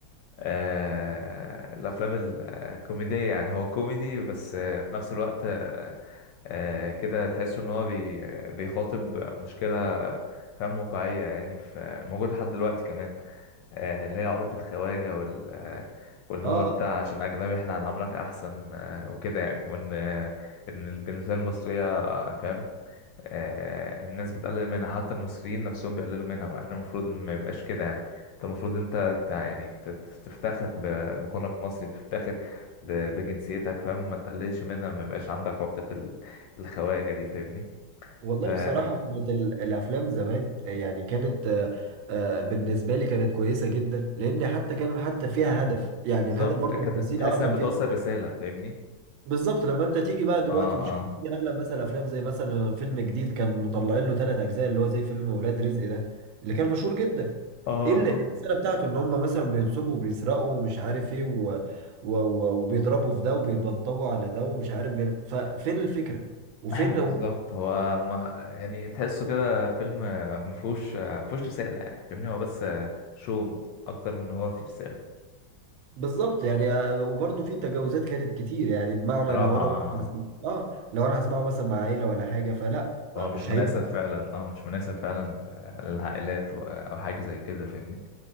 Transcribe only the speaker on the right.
اه
آه.
والله
بصراحة كانت ال- الأفلام زمان يعني كانت آه، آه، بالنسبة لي كانت كويسة جدا لأن حتى كان حتى فيها هدف يعني
الهدف برضه
من التمثيل
أه كان
فيها
هدف
بالظبط لما أنت تيجي بقى دلوقتي
وتشوف
تيجي أغلب مثلا أفلام زي مثلا فيلم جديد كان مطلعين له ثلاث أجزاء اللي هو زي فيلم ولاد رزق ده اللي كان مشهور جدا
إيه اللي
إيه الرسالة بتاعته إن هم مثلا بينصبوا وبيسرقوا ومش عارف إيه و... و... و... وبيضربوا في ده وبيبلطجوا على ده ومش عارف بي... ففين الفكرة وفين
و...
بالظبط يعني وبرضه في تجاوزات كانت كتير يعني بمعنى
لو انا
مثلا هسمع
اه لو انا هسمعه مثلا مع عيله ولا حاجه فلا ما-
مش
هينفع